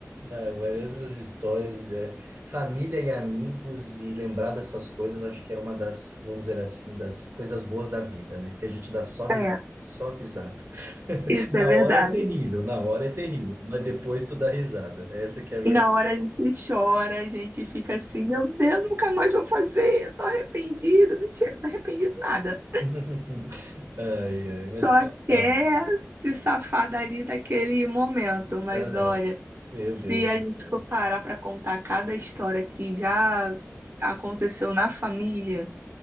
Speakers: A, on the right (about 60°); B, on the right (about 45°).
A: É, várias essas histórias, é, família e amigos, e lembrar dessas coisas, acho que é uma das, vamos dizer assim, das coisas boas da vida, né? Que a gente dá só risada,
B: É,
A: só risada. <laughs>
B: isso
A: Na
B: é verdade.
A: hora é terrível, na hora é terrível, mas depois tu dá risada. Essa que é a verdade.
B: Na hora a gente chora, a gente fica assim, meu Deus, nunca mais vou fazer, eu tô arrependido. Mentira, não arrependido nada.
A: <laughs> Ai, ai, mas
B: Só
A: o papo
B: quer
A: tá bom.
B: se safar dali daquele momento, mas
A: Aham,
B: olha,
A: Meu
B: se
A: Deus
B: a
A: do
B: gente
A: céu.
B: for parar para contar cada história que já aconteceu na família,